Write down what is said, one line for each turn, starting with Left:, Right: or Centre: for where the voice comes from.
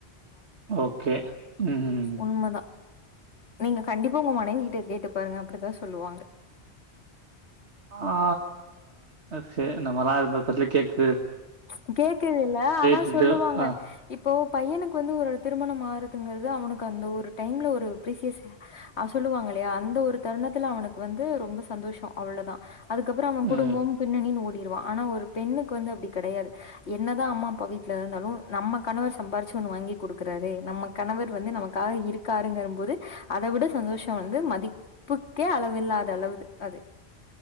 Right: ஓகே ம்
Left: உண்மதா நீங்க கண்டிப்பா உங்க மனைவி கிட்ட கேட்டு பாருங்க அப்டித்தா சொல்லுவாங்க
Right: ஆ ச நம்மல்லா இது பத்தில கேக்
Left: ச் கேக்குதுல்ல ஆனா
Right: டு
Left: சொல்லுவாங்க
Right: டே ஆ.
Left: இப்போ பையனுக்கு வந்து ஒரு திருமணம் ஆறுதுங்கிறது அவனுக்கு அந்த ஒரு டைம்ல ஒரு பிரீசியஸ் சொல்லுவாங்க இலயா அந்த ஒரு தருணத்துல அவனுக்கு வந்து ரொம்ப சந்தோஷோ அவ்ளதா அதுக்கப்பற அவன்
Right: ம்.
Left: குடும்பம் பின்னணின்னு ஓடிருவா ஆனா ஒரு பெண்ணுக்கு வந்து அப்டி கெடையாது என்னதா அம்மா அப்பா வீட்ல இருந்தாலு நம்ம கணவர் சம்பாரிச்சு ஒன்னு வாங்கி கொடுக்கறாரு நம்ம கண வர் வந்து நமக்காக இருக்காருங்கற போது அத விட சந்தோஷ வந்து மதிப்புக்கே அளவில்லாத அளவுது அது